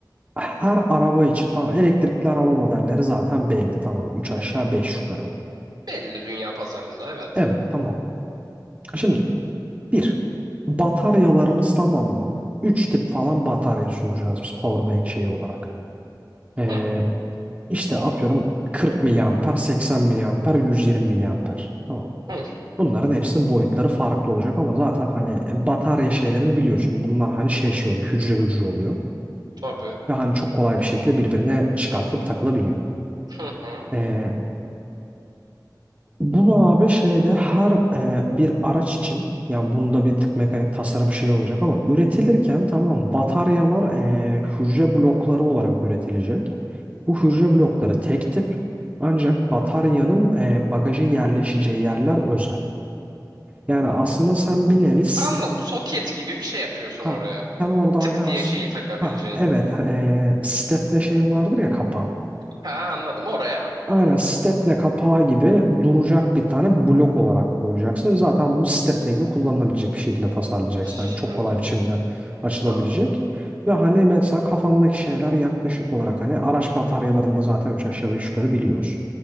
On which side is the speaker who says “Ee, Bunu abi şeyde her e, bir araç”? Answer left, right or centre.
Right